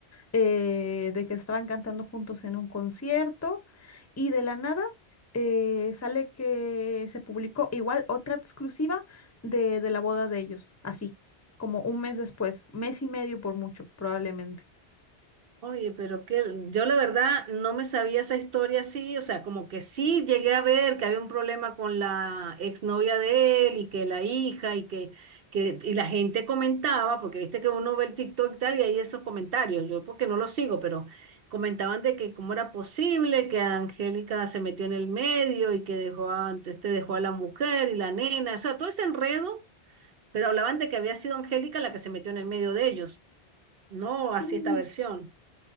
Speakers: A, on the left; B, on the right.
A: eh, de que estaban cantando juntos en un concierto y de la nada eh, sale que se publicó igual otra exclusiva de, de la boda de ellos, así, como un mes después, mes y medio por mucho, probablemente.
B: Oye, pero que yo la verdad no me sabía esa historia así, o sea, como que sí llegué a ver que había un problema con la exnovia de él y que la hija y que, que y la gente comentaba, porque viste que uno ve el TikTok y tal y hay esos comentarios, yo porque no los sigo, pero comentaban de que cómo era posible que Angélica se metió en el medio y que dejó a, entonces te dejó a la mujer y la nena, o sea, todo ese enredo, pero hablaban de que había sido Angélica la que se metió en el medio de ellos, no
A: Sí,
B: así esta versión.